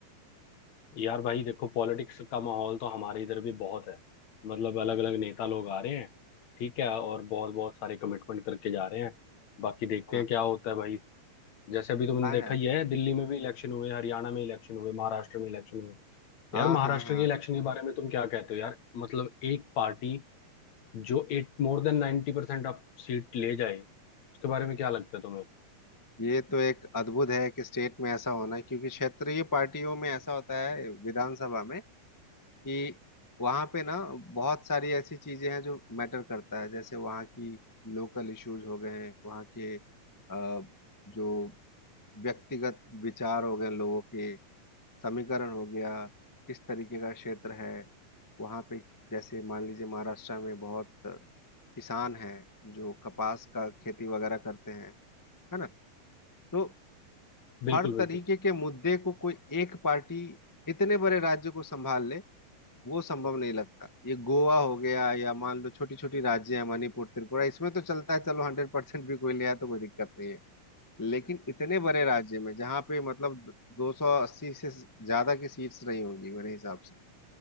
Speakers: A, on the left; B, on the left.
A: यार भाई देखो पॉलिटिक्स का माहौल तो हमारे इधर भी बहुत है मतलब अलग अलग नेता लोग आ रहे हैं ठीक है और बहुत बहुत सारे कमिटमेंट करके जा रहे हैं बाकी देखते
B: हाँ
A: हैं क्या होता है भाई जैसे अभी तुमने
B: हाँ
A: देखा
B: यार
A: ही है दिल्ली में भी इलेक्शन हुए हरियाणा में इलेक्शन हुए महाराष्ट्र में इलेक्शन हुए
B: हाँ
A: यार महाराष्ट्र
B: हाँ हाँ
A: के इलेक्शन के बारे में तुम क्या कहते हो यार मतलब एक पार्टी जो एट मोर देन नाइन्टी परसेंट आप सीट ले जाए उसके बारे में क्या लगता है तुम्हें
B: ये तो एक अद्भुत है कि स्टेट में ऐसा होना क्योंकि क्षेत्रीय पार्टियों में ऐसा होता है विधानसभा में कि वहाँ पे ना बहुत सारी ऐसी चीजें हैं जो मैटर करता है जैसे वहाँ की लोकल इश्यूज हो गए हैं वहाँ के अ, जो व्यक्तिगत विचार हो गए लोगों के समीकरण हो गया किस तरीके का क्षेत्र है वहाँ पे जैसे मान लीजिए महाराष्ट्र में बहुत किसान हैं जो कपास का खेती वगैरह करते हैं है ना तो
A: बिल्कुल
B: हर
A: बिल्कुल
B: तरीके के मुद्दे को कोई एक पार्टी इतने बड़े राज्य को संभाल ले वो संभव नहीं लगता ये गोवा हो गया या मान लो छोटी छोटी राज्य है मणिपुर त्रिपुरा इसमें तो चलता है चलो हंड्रेड परसेंट भी कोई ले आया तो कोई दिक्कत नहीं है लेकिन इतने बड़े राज्य में जहाँ पे मतलब दो सौ अस्सी से ज्यादा की सीट्स रही होंगी मेरे हिसाब से